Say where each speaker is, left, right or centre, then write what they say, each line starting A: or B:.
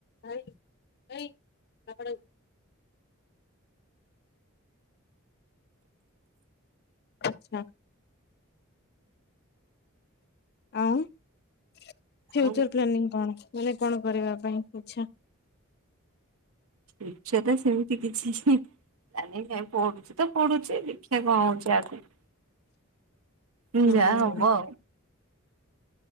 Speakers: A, on the left; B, on the right.
A: ଭାଇ ଭାଇ ବାପା ଡାକୁଛନ୍ତି। ଆଛା। ଆ ଫ୍ୟୁଚର
B: ଆଉ
A: ପ୍ଲାନିଂ କଣ? ମାନେ କଣ କରିବା ପାଇଁ ଇଛା।
B: <unintelligible> ସେମତି କିଛି ଜ ନାଇଁ ପଢୁଛି ତ ପଢୁଛି ଦେଖିବା କଣ ହଉଛି ଆଗକୁ। ହଙ୍ଗ
A: ହୁଁ
B: ଯାହା ହବ
A: ହୁଁ
B: ଆଉ।